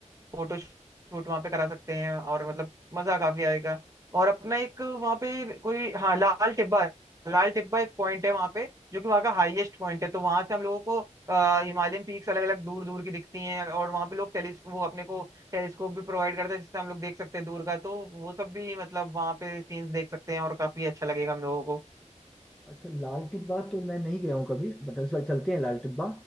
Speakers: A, on the right; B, in the centre.
A: फोटो शूट वहाँ पे करा सकते हैं और मतलब मजा काफी आएगा और अपना एक वहाँ पे कोई हाँ लाल टिब्बा लाल टिब्बा एक पॉइंट है वहाँ पे जो कि वहाँ का हाईएस्ट पॉइंट है तो वहां से हम लोगों को अ, हिमालयन पीक्स अलग अलग दूर दूर की दिखती हैं और वहाँ पे लोग टेलीस्क वो अपने को टेलीस्कोप भी प्रोवाइड करते हैं जिससे हम लोग देख सकते हैं दूर का तो वो सब भी मतलब वहाँ पे सीन्स देख सकते हैं और काफी अच्छा लगेगा हम लोगों को
B: अच्छा लाल टिब्बा तो मैं नहीं गया हूँ कभी बट इस बार चलते हैं लाल टिब्बा